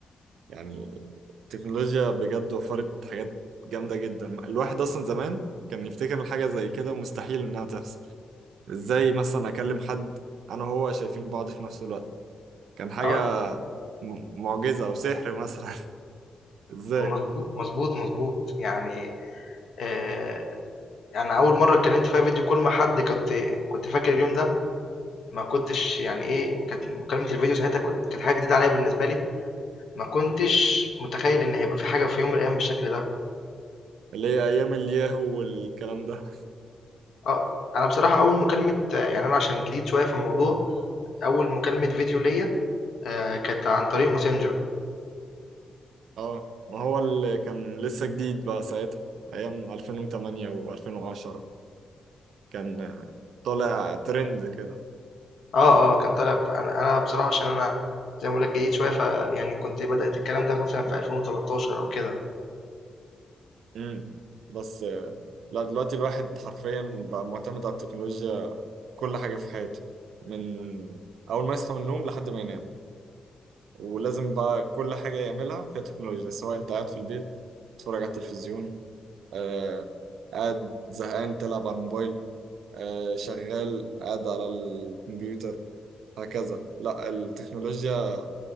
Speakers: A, on the right; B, on the left.
A: يعني التكنولوجيا بجد وفرت حاجات جامدة جدا الواحد أصلا زمان كان يفتكر إن حاجة زي كده مستحيل إنها تحصل إزاي مثلا أكلم حد أنا وهو شايفين بعض في نفس الوقت كان حاجة
B: اه
A: م- معجزة أو سحر مثلا <laughs> إزاي
B: مظبوط مظبوط مظبوط يعني آه انا اول مره اتكلمت فيها فيديو كول مع حد كنت كنت فاكر اليوم ده ما كنتش يعني ايه كانت مكالمه الفيديو ساعتها كنت- كانت حاجه جديده عليا بالنسبه لي ما كنتش متخيل ان هيبقى في حاجه في يوم من الايام بالشكل ده
A: اللي هي ايام الياهو والكلام ده
B: اه انا بصراحه اول مكالمه آه، يعني انا عشان جديد شويه في الموضوع اول مكالمه فيديو ليا آه كانت عن طريق ماسنجر
A: اه ما هو اللي كان لسه جديد بقى ساعتها ايام 2008 و2010 كان آه، طالع ترند كده
B: آه، آه، كان طالع ف أنا أنا بصراحة عشان أنا زي ما باقول لك جديد شوية فيعني كنت بدأت الكلام ده مثلًا في 2013 أو كده،
A: امم بس آه، لا دلوقتي الواحد حرفيا بقى معتمد على التكنولوجيا في كل حاجة في حياته من اول ما يصحى من النوم لحد ما ينام ولازم بقى كل حاجة يعملها فيها تكنولوجيا سواء انت قاعد في البيت تتفرج على التلفزيون آه قاعد زهقان تلعب على الموبايل آه، شغال قاعد على الكمبيوتر هكذا لا التكنولوجيا